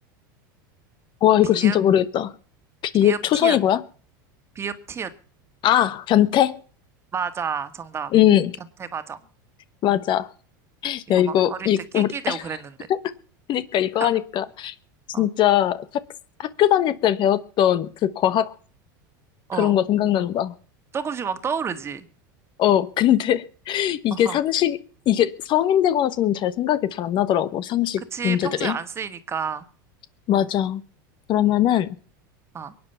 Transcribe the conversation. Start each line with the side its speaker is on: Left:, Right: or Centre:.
Left: 와, 이거
Right: 비읍,
Left: 진짜 모르겠다. 비읍
Right: 비읍,
Left: 초성이
Right: 티읕,
Left: 뭐야?
Right: 비읍, 티읕.
Left: 아, 변태?
Right: 맞아, 정답.
Left: 음,
Right: 변태 과정.
Left: 맞아.
Right: 이거
Left: 야, 이거,
Right: 막 어릴
Left: 이,
Right: 때 낄낄대고
Left: 우리, <laughs>
Right: 그랬는데.
Left: 하니까, 이거
Right: <laughs>
Left: 하니까, 진짜
Right: 어,
Left: 학, 학교 다닐 때 배웠던 그 과학
Right: 어.
Left: 그런 거 생각난다.
Right: 조금씩 막 떠오르지?
Left: 어, 근데 <laughs> 이게
Right: 어허.
Left: 상식, 이게 성인 되고 나서는 잘 생각이 잘 안 나더라고, 상식
Right: 그치,
Left: 문제들이.
Right: 평소에 안 쓰이니까.
Left: 맞아. 그러면은,
Right: 음, 아,